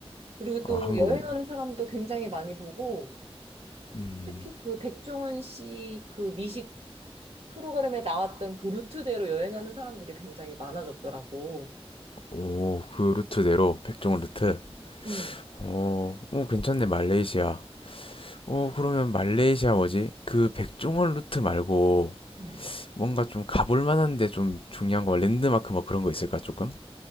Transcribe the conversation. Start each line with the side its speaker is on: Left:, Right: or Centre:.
Right: 그리고
Left: 아,
Right: 또
Left: 한국인.
Right: 여행하는 사람도 굉장히 많이 보고,
Left: 음.
Right: 특히 그 백종원 씨 그 미식 프로그램에 나왔던 그 루트대로 여행하는 사람들이 굉장히 많아졌더라고.
Left: 오, 그 루트대로 백종원
Right: 음.
Left: 루트.
Right: 음.
Left: 어, 어, 괜찮네 말레이시아. 어, 그러면 말레이시아 뭐지? 그 백종원 루트 말고
Right: 음.
Left: 뭔가 좀 가볼 만한데 좀 중요한 거 랜드마크 뭐 그런 거 있을까 조금?